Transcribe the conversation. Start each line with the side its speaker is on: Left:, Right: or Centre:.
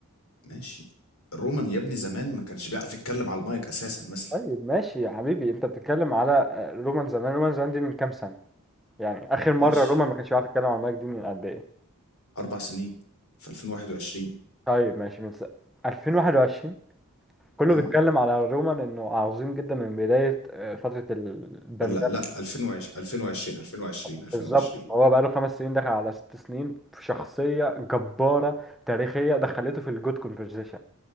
Left: ماشي رومان يا ابني زمان ما كانش بيعرف يتكلم على المايك أساسا مثلا
Centre: طيب ماشي يا حبيبي انت بتتكلم على آه، رومان زمان رومان زمان دي من كام سنة يعني اخر مرة
Left: ماشي
Centre: رومان ما كانش بيعرف يتكلم عن المايك دي من قد ايه
Left: أربع سنين في 2021
Centre: طيب ماشي من س... 2021 كله
Left: اه
Centre: بيتكلم على رومان انه عظيم جدا من بداية آه، فترة الباندemic
Left: ولا لا 2020 2020 2020
Centre: بالظبط
Left: 2020
Centre: هو بقاله خمس سنين دخل على ست سنين في شخصية جبارة تاريخية دخلته في الجود كونفرزيشن